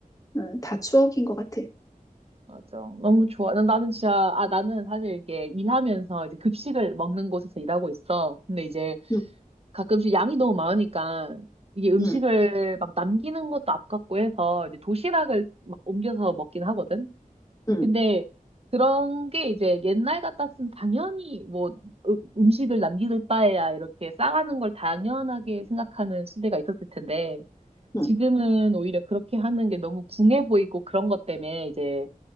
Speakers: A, on the left; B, on the right.
A: 음, 다 추억인 것 같아.
B: 맞아. 너무 좋아. 난- 나는 진짜, 아, 나는 사실 이게 일하면서 이제 급식을 먹는 곳에서 일하고 있어. 근데 이제
A: 응,
B: 가끔씩 양이 너무 많으니까 이게 음식을
A: 응.
B: 막 남기는 것도 아깝고 해서 이제 도시락을 막 옮겨서 먹긴 하거든.
A: 응,
B: 근데 그런 게 이제 옛날 같았으면 당연히 뭐 으- 음식을 남길 바에야 이렇게 싸가는 걸 당연하게 생각하는 시대가 있었을 텐데
A: 응.
B: 지금은 오히려 그렇게 하는 게 너무 궁해 보이고 그런 것 때문에 이제